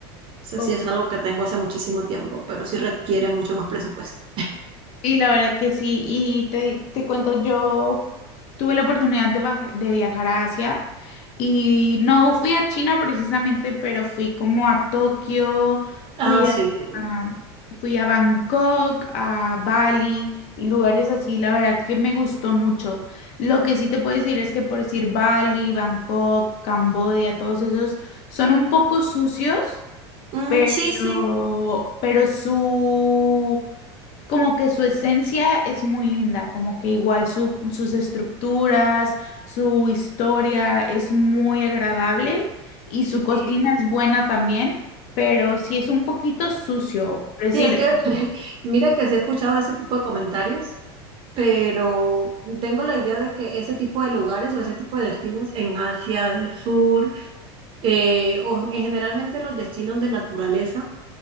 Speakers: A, on the right; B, on the left.
A: Eso
B: Ok.
A: sí es algo que tengo hace muchísimo tiempo, pero sí requiere mucho más presupuesto.
B: Y la verdad que sí, y te, te cuento, yo tuve la oportunidad de, baj- de viajar a Asia y no fui a China precisamente, pero fui como a Tokio,
A: Ah,
B: fui
A: sí.
B: a, a- fui a Bangkok, a Bali y lugares así, la verdad que me gustó mucho. Lo que sí te puedo decir es que por decir Bali, Bangkok, Camboya, todos esos son un poco sucios,
A: Mm,
B: pero,
A: sí, sí.
B: pero su... Como que su esencia es muy linda, como que igual su- sus estructuras, su historia es muy agradable y su cocina
A: Sí,
B: es buena también, pero sí es un poquito sucio. Por decir,
A: Sí, es que <laughs> mira que sí he escuchado ese tipo de comentarios, pero tengo la idea de que ese tipo de lugares o ese tipo de destinos en Asia del Sur, eh, o en- generalmente los destinos de naturaleza,